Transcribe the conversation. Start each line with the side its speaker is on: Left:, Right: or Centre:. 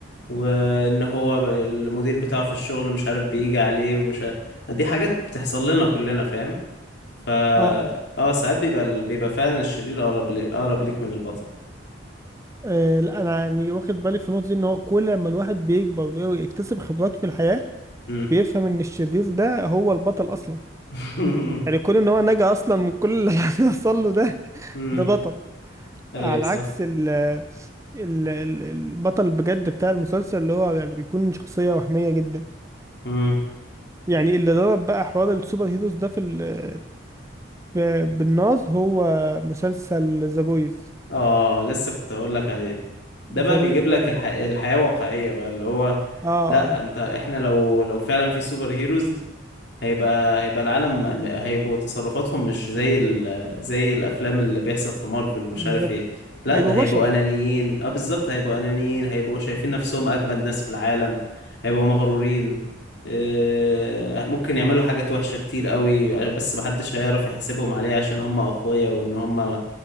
Left: وان هو ب- المدير بتاعه في الشغل مش عارف بيجي عليه ومش عارف دي حاجات بتحصل لنا كلنا فاهم فا
Right: اه
Left: اه ساعات بيبقى ال- بيبقى فعلا الشرير اقرب لي... اقرب ليك من البطل
Right: آه، لا انا يعني واخد بالي في النقطه دي ان هو كل ما الواحد بيكبر ويكتسب خبرات في الحياه
Left: امم
Right: بيفهم ان الشرير ده هو البطل اصلا
Left: <laughs>
Right: يعني كون ان هو نجا اصلا من كل اللي <laughs> حصل له ده
Left: امم
Right: ده بطل
Left: ايوه
Right: على
Left: صح
Right: عكس ال ال ال- البطل بجد بتاع المسلسل اللي هو يعني بيكون شخصيه وهميه جدا
Left: امم
Right: يعني اللي ضرب بقى حوار السوبر هيروز ده في ال- ب- بالناز هو مسلسل ذا بويز
Left: اه لسه كنت اقول لك عليه ده
Right: ذا
Left: بقى بيجيب
Right: بويز ده
Left: لك الح... الحياة واقعية بقى اللي هو
Right: اه آه،
Left: لا
Right: آه،
Left: انت احنا لو لو فعلا في سوبر هيروز هيبقى هيبقى العالم م- هيبقوا تصرفاتهم مش زي ال... زي الافلام اللي بيحصل في مارفل ومش
Right: بالظبط
Left: عارف ايه لا
Right: هيبقوا
Left: ده هيبقوا
Right: بشر
Left: انانيين اه بالظبط هيبقوا انانيين هيبقوا شايفين نفسهم اجمد ناس في العالم هيبقوا مغرورين آه، ممكن يعملوا حاجات وحشة كتير قوي بس محدش هيعرف يحاسبهم عليها عشان هم اقوياء وان هم